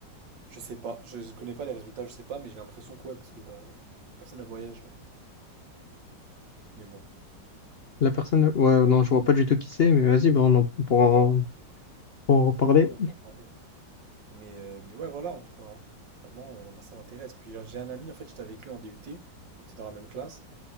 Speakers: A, on the right (about 75°); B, on the left (about 70°).
A: Je sais pas, je connais pas les résultats, je sais pas, mais j'ai l'impression que ouais, parce que bah personne ne voyage là. Mais bon,
B: La personne, ouais, non, je vois pas du tout qui c'est, mais vas-y, bah, on en pourra en, pourra en reparler.
A: ouais, on peut en parler. Mais, euh, mais ouais, voilà, en tout cas, hein. Vraiment, euh, moi ça m'intéresse. Puis j'ai j'ai un ami, en fait, j'étais avec lui en DUT, on était dans la même classe,